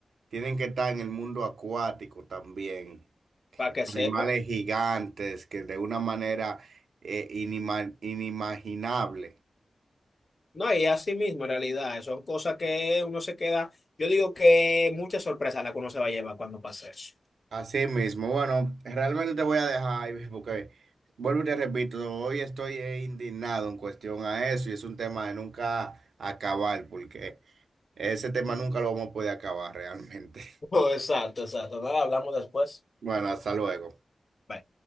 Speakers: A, on the right (about 90°); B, on the left (about 50°).
A: Tienen que estar en el mundo acuático también.
B: para que
A: Animales
B: sepa.
A: gigantes que de una manera eh, inima- inimaginable.
B: No, y así mismo, en realidad, son cosas que uno se queda. Yo digo que muchas sorpresas la que uno se va a llevar cuando pase eso.
A: Así mismo, bueno, realmente te voy a dejar, Ivy, porque vuelvo y te repito, hoy estoy eh, indignado en cuestión a eso y es un tema de nunca acabar, porque ese tema nunca lo vamos a poder acabar realmente. <laughs>
B: <laughs> Oh, exacto, exacto. Nada, hablamos después.
A: Bueno, hasta luego.
B: Bye.